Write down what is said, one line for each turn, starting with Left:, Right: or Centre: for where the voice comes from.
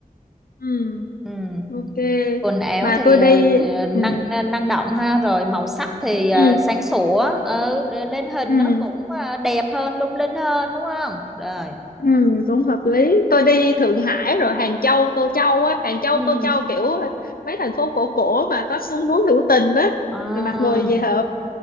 Left: ừ,
Centre: ừ
Left: ok
Centre: quần áo
Left: mà
Centre: thì
Left: tôi đi
Centre: ờ, ờ, năng
Left: ừ,
Centre: năng động ha rồi màu sắc thì ờ,
Left: ừ,
Centre: sáng sủa ừ, lên hình
Left: ừ,
Centre: nó cũng ờ, đẹp hơn lung linh hơn đúng không rồi
Left: ừ, cũng hợp lý tôi đi Thượng Hải rồi Hàng Châu Tô Châu á Hàng Châu
Centre: Ừ.
Left: Tô Châu kiểu mấy thành phố cổ cổ mà có sông núi hữu tình á
Centre: à.
Left: rồi mặc đồ về hợp